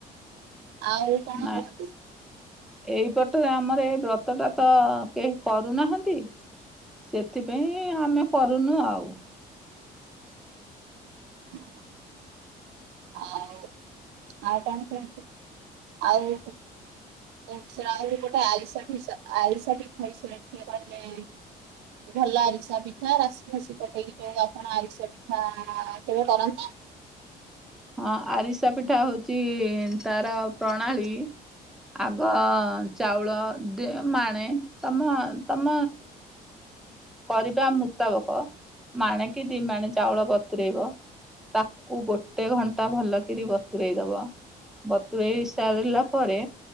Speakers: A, on the right (about 85°); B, in the centre.
A: ଆଉ କଣ
B: ନା
A: କହିବୁ?
B: ଏଇପଟରେ ଆମର ଏ ବ୍ରତ ଟା ତ କେହି କରୁନାହାନ୍ତି। ସେଥିପାଇଁ ଆମେ କରୁନୁ ଆଉ।
A: ହଁ। ଆଉ ଆଉ କଣ କୁହନ୍ତୁ ଆଉ ଗୋଟେ ଆରିସା ପିସା ଆରିସା ପିଠା ବିଷୟରେ ଟିକେ କହିଲେ ଭଲ ଆରିସା ପିଠା ରାଶିଫାସି ପକେଇକି କଣ ଆପଣ ଆରିଷା ପିଠା କେବେ କରନ୍ତି?
B: ହଁ ଆରିସା ପିଠା ହୋଉଚି ତାର ପ୍ରଣାଳୀ। ଆଗ ଚାଉଳ ଦି ମାଣେ ତମ ତମ କରିବା ମୁତାବକ ମାଣେ। କି ଦିଇ ମାଣେ ଚାଉଳ ବତୁରେଇବ ତାକୁ ଗୋ ଗୋଟେ ଘଣ୍ଟା ଭଲକି ବତୁରେଇ ଦବ, ବତୁରେଇ ସାରିଲା ପରେ